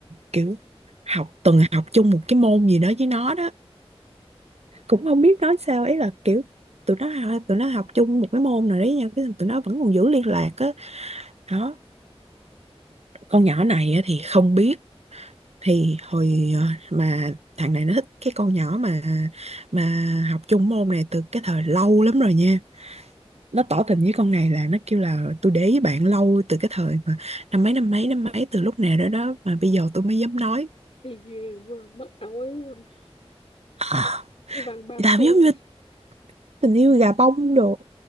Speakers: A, on the right (about 80°); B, on the left (about 70°).
A: kiểu học từng học chung một cái môn gì đó với nó đó cũng không biết nói sao ấy là kiểu tụi nó tụi nó học chung một cái môn nào đấy nha cái tụi nó vẫn còn giữ liên lạc á đó con nhỏ này á thì không biết thì hồi ờ, mà thằng này nó thích cái con nhỏ mà mà học chung môn này từ cái thời lâu lắm rồi nha nó tỏ tình với con này là nó kêu là tôi để ý bạn lâu từ cái thời mà năm mấy năm mấy năm mấy từ lúc nào đó đó mà bây giờ tôi mới dám nói
B: thì ghê quá mất áo quá
A: <gasps>
B: cái văn ba
A: làm
B: xu
A: giống như tình yêu gà bông đồ